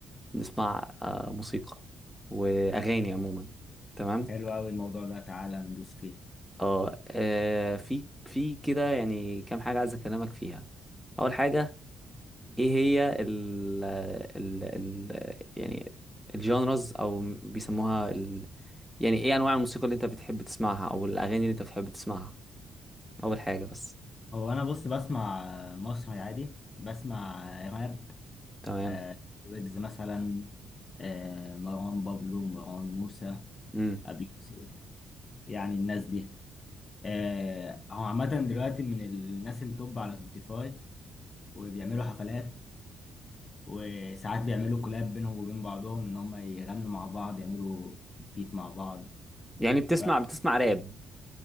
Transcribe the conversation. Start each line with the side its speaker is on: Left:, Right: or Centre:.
Centre: نسمع أه، موسيقى واغاني عموما تمام
Left: حلو قوي الموضوع ده تعالى ندوس فيه
Centre: اه أه، في في كده يعني كام حاجه عايز اكلمك فيها اول حاجه ايه هي ال ال ال يعني الجانرز او بيسموها يعني ايه انواع الموسيقى اللي انت بتحب تسمعها او الاغاني اللي انت بتحب تسمعها اول حاجه بس
Left: هو انا بص بسمع آه، مصري عادي بسمع آه، راب
Centre: تمام
Left: آه، ويجز مثلا آه، مروان بابلو مروان موسى
Centre: امم
Left: ابي يوسف يعني الناس دي آه، هو عامة دلوقتي من الناس اللي توب على سبوتيفاي وبيعملوا حفلات وساعات بيعملوا كولاب بينهم وبين بعضهم ان هم يغنوا مع بعض يعملوا بيت مع بعض
Centre: يعني بتسمع
Left: ف
Centre: بتسمع راب